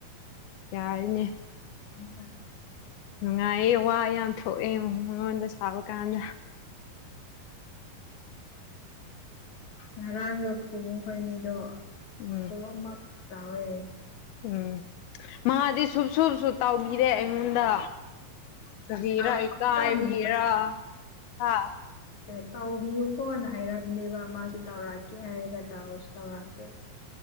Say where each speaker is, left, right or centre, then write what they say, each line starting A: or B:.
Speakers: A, on the left; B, on the left.
A: ꯌꯥꯏꯅꯦ
B: <inaudible>
A: ꯅꯨꯡꯉꯥꯏꯌꯦ ꯋꯥ ꯌꯥꯝ ꯊꯣꯛꯑꯦ ꯃꯉꯣꯟꯗ ꯁꯥꯕ ꯀꯥꯟꯗ
B: ꯉꯔꯥꯡꯗꯣ ꯐꯨꯈꯣꯏ ꯑꯅꯤꯗꯣ
A: ꯎꯝ
B: ꯀꯣꯜ ꯑꯃꯔꯛ ꯇꯧꯌꯦ
A: ꯎꯝ ꯃꯥꯗꯤ ꯁꯨꯨꯞ ꯁꯨꯞꯁꯨ ꯇꯥꯎꯕꯤꯔꯦ ꯑꯩꯉꯣꯟꯗ ꯀꯔꯤꯔ
B: ꯇꯧꯔꯛꯑꯒ
A: ꯏꯀꯥꯏꯕꯒꯤꯔ ꯍꯥ
B: ꯑꯦ ꯇꯧꯕꯤꯌꯨꯀꯣꯅ ꯍꯥꯏꯔꯕꯅꯦꯕ ꯃꯥꯁꯨ ꯇꯧꯔꯛꯀꯦ ꯍꯥꯏꯔꯒ ꯇꯧꯁꯨ ꯇꯧꯔꯛꯇꯦ